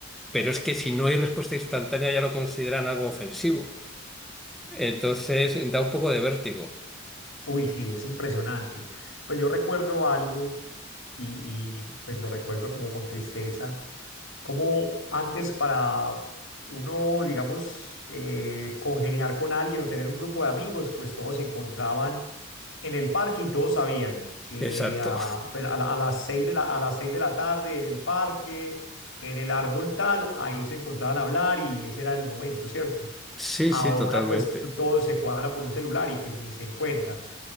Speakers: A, in the centre; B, on the left (about 70°).
A: Pero es que si no hay respuesta instantánea ya lo consideran algo ofensivo. Entonces da un poco de vértigo.
B: uy, sí, es impresionante. Pues yo recuerdo algo y, y, pues lo recuerdo como con tristeza, como antes para uno, digamos, eh, congeniar con alguien o tener un grupo de amigos, pues todos se encontraban en el parque y todos sabían que
A: Exacto.
B: a, pues, a la- a las seis de la, a las seis de la tarde en el parque, en el árbol tal, ahí se encontraban a hablar y ese era el momento, ¿cierto?
A: Sí,
B: Ahora
A: sí, totalmente.
B: pues t- todo se cuadra por un celular y pues ni se encuentran.